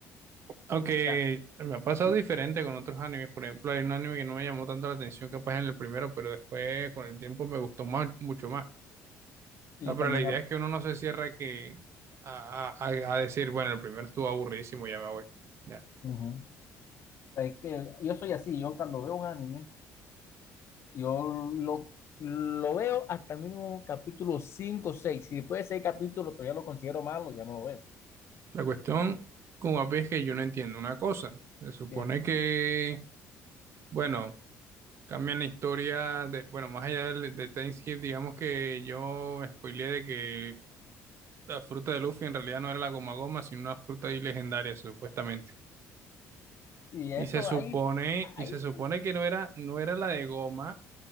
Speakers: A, on the right; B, on the left.
A: Aunque
B: sea,
A: me ha pasado
B: y,
A: diferente con otros animes. Por ejemplo, hay un anime que no me llamó tanto la atención, capaz en el primero, pero después con el tiempo me gustó más, mucho más. O
B: y
A: sea, pero
B: también,
A: la idea
B: a-
A: es que uno no se cierra que a, a- a- a decir, bueno, el primero estuvo aburridísimo, ya me voy. Ya.
B: ujú. O sea, es que yo soy así, yo cuando veo un anime, yo lo, lo veo hasta el mismo capítulo 5 o 6. Si después de 6 capítulos todavía lo considero malo, ya no lo veo.
A: La cuestión con One Piece es que yo no entiendo una cosa. Se supone
B: Que-
A: que, bueno, cambian la historia de, bueno, más allá del- de, Time Skip, digamos que yo me spoileé de que la fruta de Luffy en realidad no era la goma goma, sino una fruta ahí legendaria, supuestamente.
B: Y eso
A: Y se supone,
B: ahí, ahí,
A: y se supone que no era, no era la de goma,